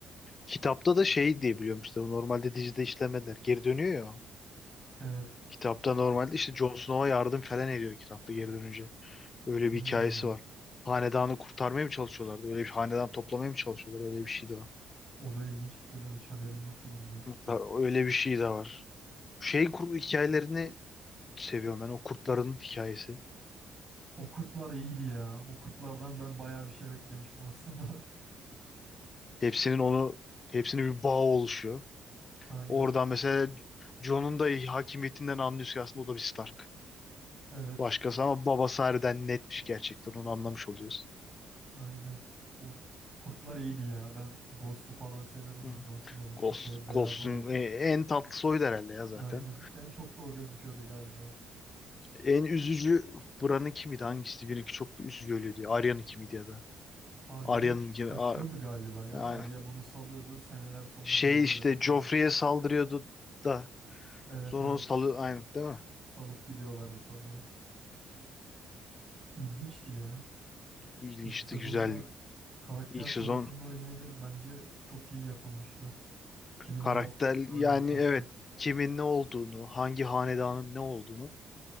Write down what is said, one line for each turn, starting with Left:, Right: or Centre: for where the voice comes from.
Left: Kitapta da şey diye biliyorum işte normalde dizide işlemediler. Geri dönüyor ya. o.
Right: Evet.
Left: Kitapta normalde işte Jon Snow'a yardım falan ediyor kitapta geri dönünce. Öyle
Right: Hmm.
Left: bir hikayesi var. Hanedanı kurtarmaya mı çalışıyorlardı? Öyle bir hanedan toplamaya mı çalışıyorlar? Öyle bir şey de var.
Right: O da ilginçmiş hocam. Hiç haberim yoktu bundan.
Left: Hatta öyle bir şey de var. Şey kur hikayelerini seviyorum ben. O kurtların hikayesi.
Right: O kurtlar iyiydi ya. O kurtlardan ben bayağı bir şey beklemiştim aslında.
Left: Hepsinin onu hepsinin bir bağı oluşuyor.
Right: <laughs> Aynen.
Left: Oradan mesela Jon'un da hakimiyetinden anlıyorsun ki aslında o da bir Stark.
Right: Evet.
Left: Başkası ama babası harbiden netmiş gerçekten onu anlamış oluyoruz.
Right: Aynen. O kurtlar iyiydi ya. Ben Ghost'u falan seviyordum.
Left: Hı.
Right: Bu Jon Snow'un
Left: Ghost,
Right: köpeği beyaz
Left: Ghost'un
Right: olan.
Left: e, en tatlı soyu da herhalde ya zaten.
Right: Aynen. En çok da o gözüküyordu galiba.
Left: En üzücü buranın kimiydi? Hangisi? Birinki çok üzücü öyle diyor. Arya'nın kimiydi ya da?
Right: Arya'nın
Left: Arya'nın gibi.
Right: kaçıyordu
Left: A-
Right: galiba ya.
Left: Aynen.
Right: Arya bunu salıyordu. Seneler sonra
Left: Şey
Right: geri görüyordu
Left: işte
Right: falan.
Left: Joffrey'e saldırıyordu da
Right: Evet
Left: sonra
Right: evet.
Left: onu salı aynen değil mi?
Right: Salıp gidiyorlardı sonra. İlginçti ya.
Left: İlginçti,
Right: İlk sezonda
Left: güzel.
Right: karakter
Left: ilk
Right: tanıtımları
Left: sezon
Right: yine de bence çok iyi yapılmıştı. Kimin
Left: karakter
Right: ne olduğunu
Left: yani
Right: görüyorduk az
Left: evet
Right: çok.
Left: kimin ne olduğunu, hangi hanedanın ne olduğunu